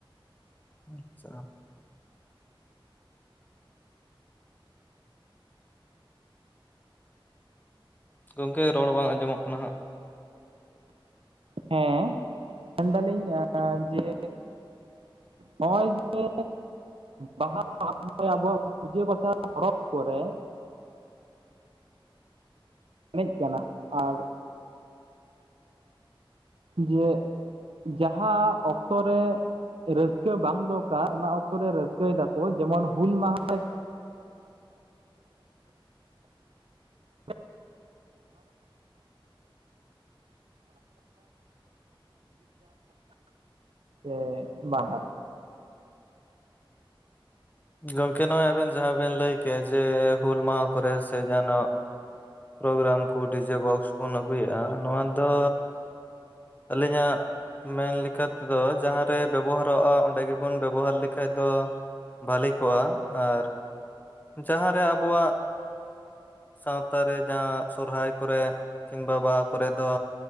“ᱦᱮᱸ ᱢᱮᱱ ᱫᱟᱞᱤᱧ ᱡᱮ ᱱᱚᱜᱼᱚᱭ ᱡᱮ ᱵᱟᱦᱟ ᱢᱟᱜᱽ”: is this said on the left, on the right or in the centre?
Right